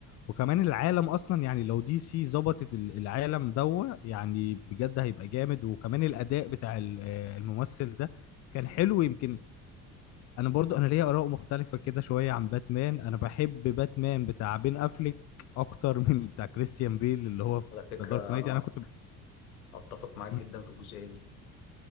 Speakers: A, on the left (about 35°); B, on the left (about 70°).
A: وكمان العالم اصلا يعني لو دي سي ظبطت ال- العالم دوا يعني بجد هيبقى جامد وكمان الاداء بتاع ال- آه، الممثل ده كان حلو يمكن انا برضو انا ليا اراء مختلفة كده شوية عن باتمان انا بحب باتمان بتاع بين افليك اكتر <laughs> من بتاع كريستيان بيل اللي هو في
B: على فكرة
A: دارك نايت
B: أنا
A: يعني انا كنت ب...
B: اتفق معاك جدا
A: مم.
B: في الجزئيه دي